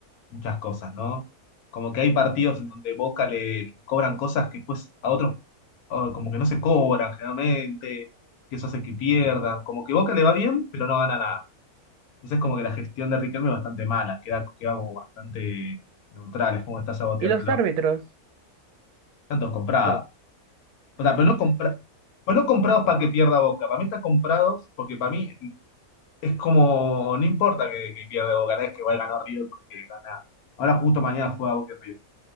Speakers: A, on the left; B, on the right.
A: muchas cosas, ¿no? Como que hay partidos en donde Boca le cobran cosas que después a otros oh, como que no se cobran generalmente, que eso hace que pierdan, como que Boca le va bien, pero no gana nada. Entonces como que la gestión de Riquelme es bastante mala, queda, queda como bastante neutral, es como está saboteándolo.
B: ¿Y los árbitros?
A: Tantos comprados.
B: Son-
A: O sea, pero no, compra, pero no comprados para que pierda Boca. Para mí están comprados porque para mí es como, no importa que, que pierda Boca, no es que igual ganó River porque gana. Ahora justo mañana juega Boca y River.